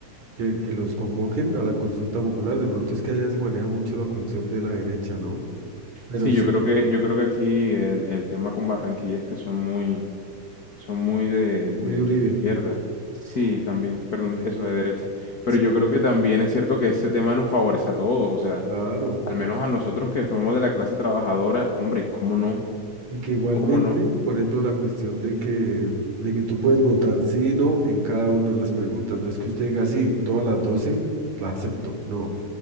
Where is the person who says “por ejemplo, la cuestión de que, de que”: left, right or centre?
Right